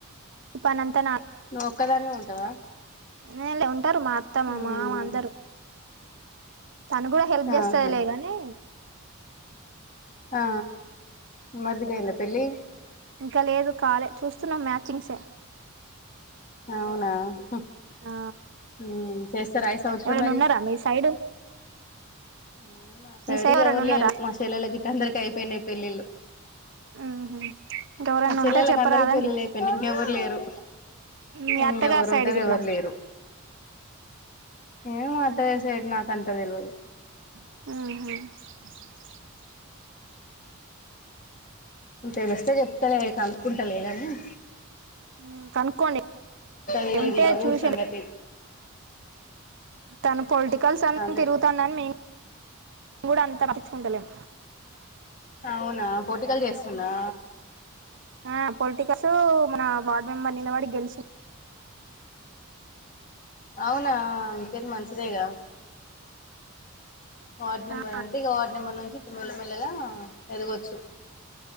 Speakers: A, on the right; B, on the left.
A: పనంత నాద్
B: నువ్ ఒక్కదానివే ఉంటావా
A: నే <unintelligible> టారు మా అత్త మా
B: మ్మ్
A: మామ అందరు తను కూడా హెల్ప్ జేస్తదిలే
B: ఆహా
A: గానీ
B: ఆ మరిదికి అయిందా పెళ్ళి
A: ఇంకా లేదు కాలే చూస్తున్నాం మ్యాచింగ్స్
B: అవునా హ్మ్
A: ఆ
B: మ్మ్ చేస్తార ఈ సంవత్సరం
A: ఎవరైనా
B: మరి
A: ఉన్నారా మీ సైడ్
B: మ్మ్ మా సైడ్
A: మీ
B: కీ
A: ఎవరైనా
B: ఎవరు
A: ఉన్నారా
B: లేరు మా చెల్లెలగి అందరికి అయిపోయినాయి పెళ్ళిళ్ళు
A: ఉహు ఇంకెవరైనా
B: మా చెల్లెలకు
A: ఉంటే చెప్పరాదండి
B: అందరికి పెళ్ళిళ్ళు అయిపోయినాయి, ఇంకెవరు లేరు
A: మీ
B: ఇంకెవరు
A: అత్తగారి సైడ్
B: ఉంటారు
A: గిట్లా
B: ఎవరు లేరు. ఏమో అత్తయ్య సైడ్ నాకంత ల్ దెలవదు
A: మ్ హు
B: ఇంకేం జేస్ చ్చే చెప్తలే కనుక్కుంటలేగాని <inaudible>
A: మ్ కనుక్కోండి
B: తెలీదు
A: ఉంటే
B: ఇగ
A: చూసాం
B: ఊరు సంగతి
A: తను పొలిటికల్స్ అన్నీ
B: అదే
A: తిరుగుతండని మే మేం గుడ అంత పట్టిచుకుంటలేం
B: అవునా పొలిటికల్ చేస్తుండా
A: ఆ పొలిటికల్స్ మన వార్డ్ మెంబర్ నిలబడి గెలిచి
B: అవునా ఇంకేంది మంచిదేగా వార్డ్ నెంబర్
A: ఆ
B: అంటే ఇగ వార్డ్ నెంబర్ నుంచి మెల్ల మెల్లగా ఎదగొచ్చు